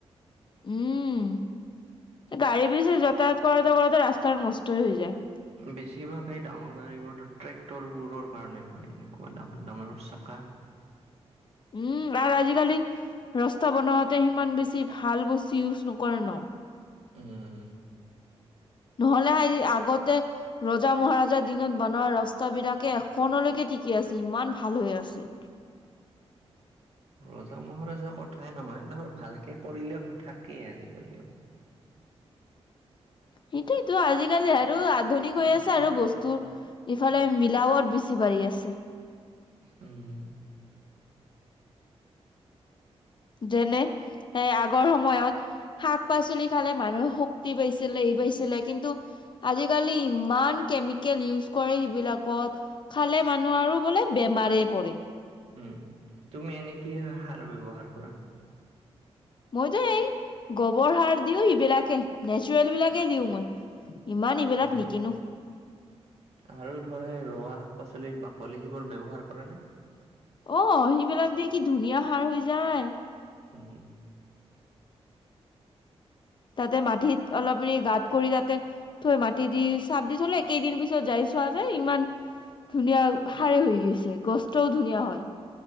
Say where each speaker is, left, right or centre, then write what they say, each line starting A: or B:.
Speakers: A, on the left; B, on the right.
A: উম গাড়ী বি যাতায়াত কৰোতে কৰোতে ৰাস্তা নষ্টই হৈ যায়।
B: বেছিভাগ সেই ডাঙৰ গাড়ীবোৰো ট্ৰেক্টৰবোৰৰ কাৰণে হয় এনেকুৱা ডাঙৰ ডাঙৰ চাকা।
A: উম, আৰু আজিকালি ৰাস্তা বনোৱাতে সিমান বেছি ভাল বস্তু ইউজ নকৰে ন।
B: উম।
A: নহলে, হ-আগতে ৰজা মহাৰাজাৰ দিনত বনোৱা ৰাস্তাবিলাকে এখনলৈকে টিকি আছে ইমান ভাল হৈ আছে।
B: ৰজা মহাৰাজাৰ কথাই নহয় ধৰ ভালকে কৰিলে থাকেই আজিকালিও।
A: সেইটোৱেটো আজিকালি আৰু আধুনিক হৈ আছে আৰু বস্তুৰ ইফালে মিলাৱত বেছি বাঢ়ি আছে।
B: উম।
A: যেনে এ আগৰ সময়ত শাক পাচলি খালে মানুহে শক্তি পাইছিল হেৰি পাইছিলে কিন্তু আজিকালি ইমান কেমিকেল ইউজ কৰে সেইবিলাকত। খালে, মানুহ আৰু বোলে? বেমাৰে পৰে।
B: উম তুমি এনে কি সাৰ ব্যৱহাৰ কৰা।
A: মইতো এই গোবৰ সাৰ দিও সিবিলাকে নেচাৰেল বিলাকে দিওঁ মই। ইমান ইবিলাক
B: উম
A: নিকিনো
B: আৰু ধৰ ৰোৱা শাক পাচলি। পাচলিৰ বাকলি সিবোৰ ব্যৱহাৰ কৰা নে।
A: অ সেইবিলাক দে কি ধুনীয়া সাৰ হৈ যায়।
B: উ
A: তাতে মাটিত অলপ মানি গাঁত কৰি তাতে থৈ মাটি দি চাপ দি থলে কেইদিন পিছত যাই চোৱা যে ইমান ধুনীয়া হাৰে হৈ গৈছে গছটোও ধুনীয়া হয়।